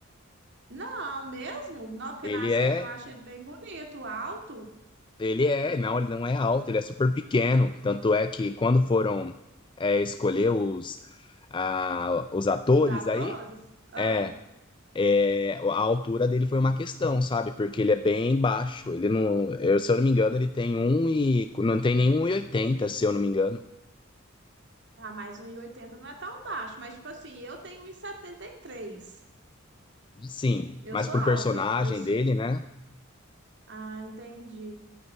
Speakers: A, on the right (about 60°); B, on the left (about 25°).
A: Não, mesmo? Não, porque
B: Ele
A: na série
B: é
A: eu achei ele bem bonito, alto,
B: Ele é, não, ele não é alto, ele é super pequeno. Tanto é que quando foram é, escolher os, ah, os atores
A: os atores.
B: aí,
A: Ah,
B: é, é, a altura dele foi uma questão, sabe? Porque ele é bem baixo. Ele não, eu, se eu não me engano, ele tem um e não tem nenhum 1,80, se eu não me engano.
A: ah, mas um e oitenta não é tão baixo, mas tipo assim, eu tenho um e e setenta e três.
B: Sim,
A: Eu
B: mas
A: sou
B: pro
A: alta.
B: personagem
A: Eu sou...
B: dele, né?
A: Ah, entendi.